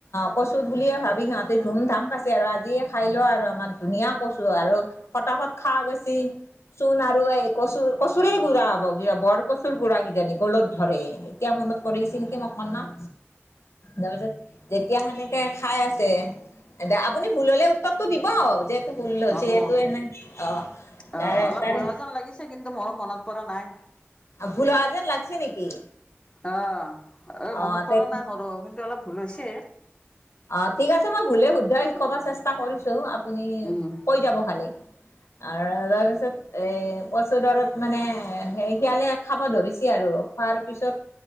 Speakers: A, on the left (about 85°); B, on the left (about 20°).
A: অ কচু বুলিয়ে ভাবি সিহঁতে ধুম-ধাম খাছে আৰু আজিয়ে খাই ল আৰু আমাৰ ধুনীয়া কচু আৰু প তক ত খা গৈছ। চোন আৰু এই কচু, কচুৰেই গুড়া হব বৰ কচুৰ গুড়া কিজানি গ'লত ধৰে এতিয়া মনত পৰিছে নেকি অকণমান। তাৰপিছত তেতিয়া সেনেকে খাই আছে। আপুনি ভুল হলে উত্তৰটো দিব যে এইটো ভুল হৈছে
B: হ'ব
A: এইটো এনে অ।
B: অ,
A: তাৰে
B: অলপ
A: তাৰে
B: ভুল হোৱা যেন লাগিছে কিন্তু, মোৰো মনত পৰা নাই।
A: ভুল হোৱা যেন লাগছে নেকি?
B: অ, এই
A: অ
B: মনত
A: তে
B: পৰা নাই মোৰো কিন্তু অলপ ভুল হৈছে।
A: অ, ঠিক আছে মই ভুলে শুধই কব চেষ্টা কৰিছো, আপুনি
B: উম
A: কৈ যাব খালি। আৰু তাৰপিছত এই কচু দাৰত মানে স শিয়ালে খাব ধৰিছে আৰু খোৱাৰ পিছত